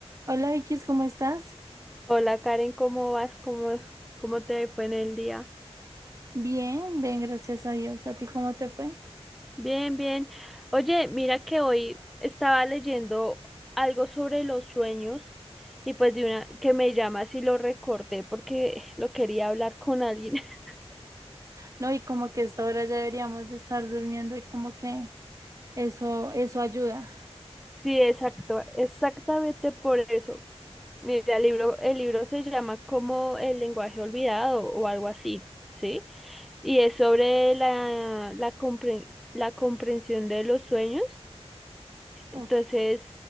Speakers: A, on the right; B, in the centre.
A: Hola Vicky, ¿cómo estás?
B: Hola Karen, ¿cómo vas? ¿Cómo, cómo te fue en el día?
A: Bien, bien, gracias a Dios. ¿A ti cómo te fue?
B: Bien, bien. Oye, mira que hoy estaba leyendo algo sobre los sueños y pues de una que me llama si lo recorté porque lo quería hablar con alguien. <laughs>
A: No, y como que a esta hora ya deberíamos de estar durmiendo y como que eso, eso ayuda.
B: Sí, exacto, exactamente por eso. Mira, el libro, el libro se llama como El lenguaje olvidado o algo así, ¿sí? Y es sobre la, la, compre- la comprensión de los sueños
A: Ok.
B: Entonces,